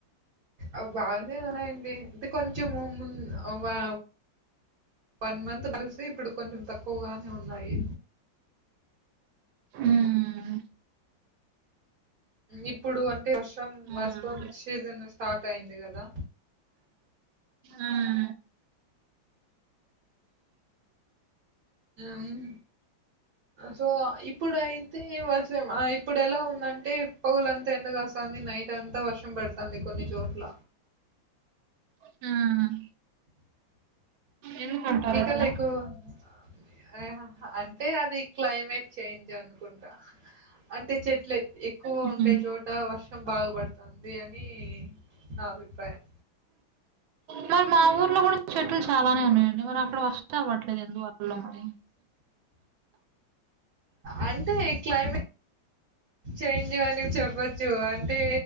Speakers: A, on the right (about 55°); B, on the right (about 80°).
A: అ బానే ఉన్నాయండి అంటే కొంచం మున్ ముంద్ వా వన్ మంత్ చుసి ఇప్పుడు కొంచం తక్కువగానే ఉన్నాయి
B: మ్మ్
A: ఇప్పుడు అంటే వర్షం
B: అవునండి
A: వర్షం సీజన్ స్టార్ట్ అయింది కదా
B: ఉమ్
A: ఉమ్ సో ఇప్పుడైతే వర్షం ఆ ఇప్పుడు ఎలా ఉందంటే పొగలంతా ఎండగా కాస్తాంది నైట్ అంతా వర్షం పడతాంది కొన్ని చోట్ల.
B: ఉమ్ ఎందుకంటారు
A: మీకల్లా
B: అట్లా
A: ఎక్కువ ఆ అంటే అది క్లైమేట్ చేంజ్ అనుకుంటా అంటే చెట్లు ఎక్కువ
B: మ్మ్.
A: ఉండే చోట వర్షం బాగపడతాంది అని నా అభిప్రాయం
B: మరి మా ఊర్లో కూడా చెట్లు చాలానే ఉన్నాయండి మరి అక్కడ వర్షాలు పడట్లేదు ఎందువ వల్ల మరి
A: అయితే ఈ క్లైమేట్ చేంజు అని చెప్పచ్చు అంటే